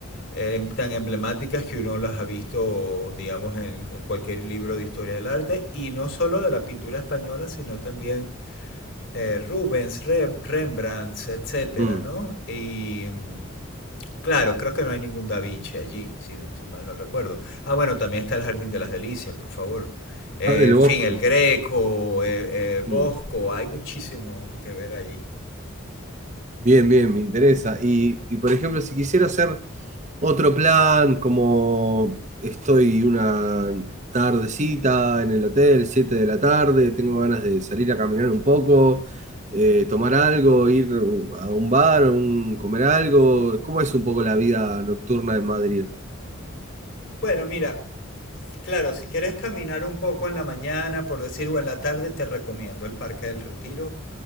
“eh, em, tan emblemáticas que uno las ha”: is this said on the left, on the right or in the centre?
Left